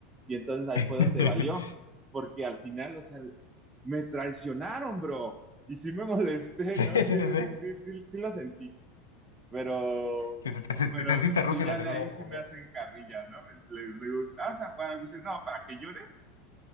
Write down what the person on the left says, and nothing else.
<laughs>
Sí,
sí,
sí, sí.
Sí, te, te- te
sentiste Rusia
en la Segunda
Guerra
Mundial.